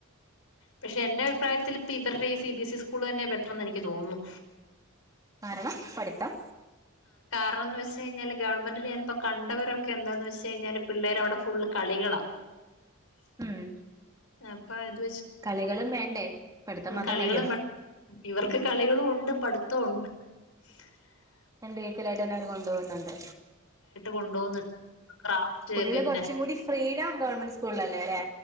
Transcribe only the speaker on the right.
കാരണം പഠിത്തം
ഉം
കളികളും വേണ്ടേ പഠിത്തം
മാത്രം
മതിയോ
രണ്ട് വീക്കിലയിട്ടെ ന്നെ ത് കൊണ്ടോ ന്നുണ്ട്.
കുട്ടിള്
കൊറച്ചു കൂടി ഫ്രീടം ഗവൺമെന്റ് സ്കൂള്ളല്ലേ ലെ?